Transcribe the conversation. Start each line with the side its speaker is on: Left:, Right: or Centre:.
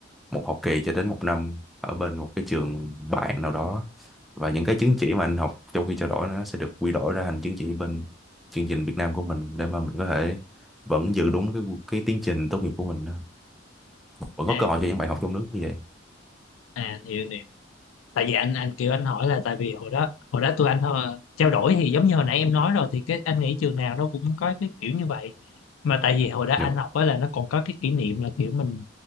Centre: một học kỳ cho đến một năm ở bên một cái trường bạn nào đó và những cái chứng chỉ mà anh học trong khi trao đổi nó sẽ được quy đổi ra thành chứng chỉ bên chương trình Việt Nam của mình để mà mình có thể vẫn giữ đúng cái cái tiến trình tốt nghiệp của mình đó. vẫn có
Left: à
Centre: cơ hội cho những bài học trong nước như vậy
Left: à hiểu nè tại vì anh anh kiểu anh hỏi là tại vì hồi đó hồi đó tụi anh ờ, trao đổi thì giống như hồi nãy em nói rồi thì cái anh nghĩ trường nào nó cũng có cái kiểu như vậy mà tại vì hồi đó
Centre: được
Left: anh học á là nó còn có cái kỷ niệm là kiểu mình